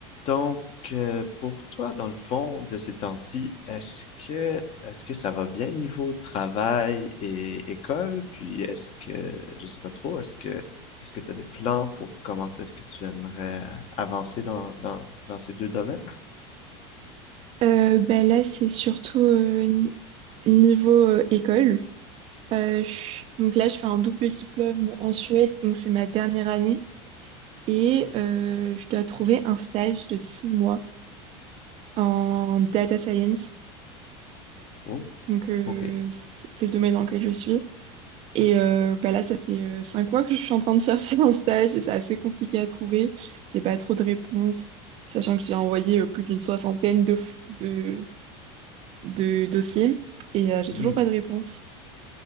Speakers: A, on the left; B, on the right.
A: Donc, euh, pour toi, dans le fond, de ces temps-ci, est-ce que est-ce que ça va bien niveau travail et école? Puis est-ce que je sais pas trop, est-ce que est-ce que tu as des plans pour comment est-ce que tu aimerais euh, avancer dans, dans, dans ces deux domaines?
B: Euh, bah là, c'est surtout euh, ni- niveau euh, école. Euh, je- donc là, je fais un double diplôme en Suède, donc c'est ma dernière année. Et euh, je dois trouver un stage de six mois en data science.
A: Oh,
B: Donc euh,
A: ok.
B: c'est c'est le domaine dans lequel je suis. Et euh, bah là, ça fait euh, cinq mois que je suis en train de chercher un stage et c'est assez compliqué à trouver. J'ai pas trop de réponses, sachant que j'ai envoyé euh, plus d'une soixantaine de, f- de, de dossiers et euh, j'ai
A: Hmm.
B: toujours pas de réponse.